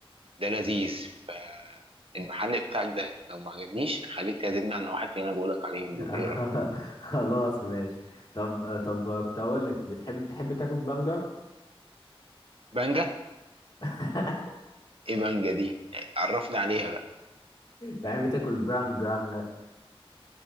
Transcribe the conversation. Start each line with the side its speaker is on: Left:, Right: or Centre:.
Right: ده لذيذ فالمحل بتاعك ده لو ما عجبنيش خليك تعزمني عن واحد في اللي أنا بقولك عليهم
Left: <laughs>
Right: دول إيه رأيك؟
Left: خلاص ماشي طب طب كنت اقول لك بتحب تحب تاكل بانجا
Right: بانجا
Left: <laughs>
Right: إيه بانجا دي؟ عرفني عليها بقى
Left: تحب تاكل بانجان